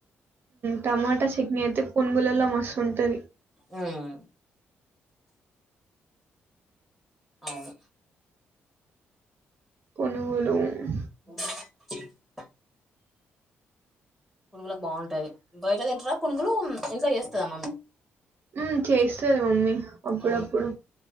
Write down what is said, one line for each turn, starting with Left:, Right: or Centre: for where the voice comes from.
Right: టమాటా చట్నీ అయితే పునుగులలో మస్తు ఉంటది.
Centre: ఉమ్. అవును.
Right: పునుగులు ఉమ్.
Centre: ఆహ్. పునుగులకు బాగుంటాది బయట తింటార పునుగులు ఇంట్లో చేస్తదమమ్మీ.
Right: ఉమ్ చేస్తది మమ్మీ అప్పుడప్పుడు
Centre: అవును